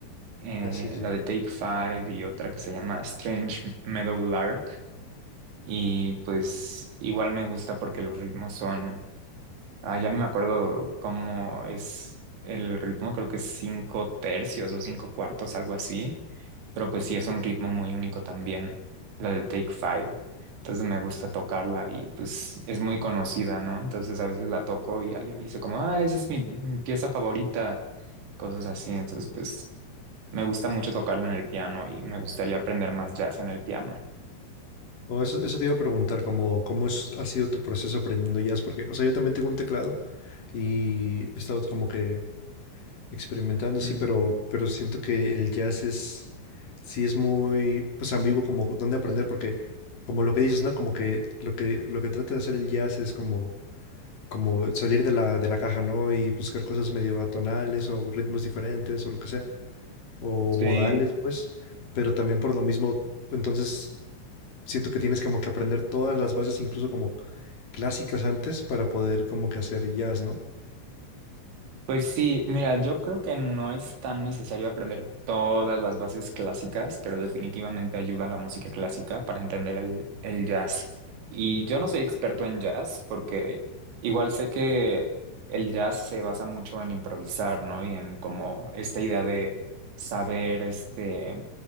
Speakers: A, on the right (about 70°); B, on the left (about 50°).
A: eh,
B: Ah, sí, sí.
A: la de Take Five y otra que se llama Strange Meadowlark. Y pues igual me gusta porque los ritmos son, ah, ya no me acuerdo cómo es el ritmo, creo que es cinco tercios o cinco cuartos, algo así, pero pues sí es un ritmo muy único también, la de Take Five. Entonces me gusta tocarla y pues es muy conocida, ¿no? Entonces a veces la toco y alguien me dice como, ah, esa es mi, mi pieza favorita, cosas así. Entonces pues me gusta mucho tocarlo en el piano y me gustaría aprender más jazz en el piano.
B: O eso, eso te iba a preguntar, como, ¿cómo es- ha sido tu proceso aprendiendo jazz? Porque, o sea, yo también tengo un teclado y he estado como que experimentando,
A: Ujú.
B: sí, pero, pero siento que el jazz es, sí es muy, pues ambiguo como dónde aprender, porque como lo que dices, ¿no? Como que lo que, lo que trata de hacer el jazz es como, como salir de la, de la caja, ¿no? Y buscar cosas medio atonales o ritmos diferentes o lo que sea, o
A: Sí,
B: modales, pues, pero también por lo mismo, entonces siento que tienes como que aprender todas las bases, incluso como clásicas antes, para poder como que hacer jazz, ¿no?
A: Pues sí, mira, yo creo que no es tan necesario aprender todas las bases clásicas, pero definitivamente ayuda a la música clásica para entender el, el jazz. Y yo no soy experto en jazz porque igual sé que el jazz se basa mucho en improvisar, ¿no? Y en como esta idea de saber este,